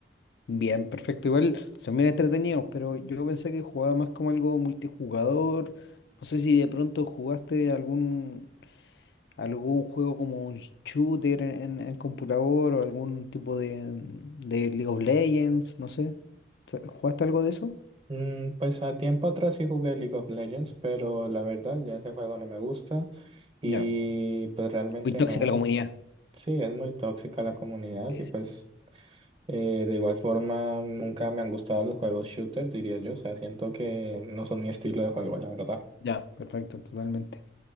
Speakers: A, on the left (about 75°); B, on the right (about 30°).
A: Bien, perfecto. Igual son bien entretenidos, pero yo pensé que jugaba más como algo multijugador. No sé si de pronto jugaste algún algún juego como un shooter en, en computador o algún tipo de, de League of Legends, no sé. ¿Se- ¿Jugaste algo de eso?
B: Mm, pues a tiempo atrás sí jugué League of Legends, pero la verdad ya ese juego no me gusta y
A: Ya.
B: pues realmente
A: Muy tóxica
B: no.
A: la comunidad.
B: Sí, es muy tóxica la comunidad
A: Sí,
B: y
A: sí,
B: pues
A: sí.
B: Eh, de igual forma, nunca me han gustado los juegos shooter, diría yo. O sea, siento que no son mi estilo de juego, la verdad.
A: Ya, perfecto, totalmente.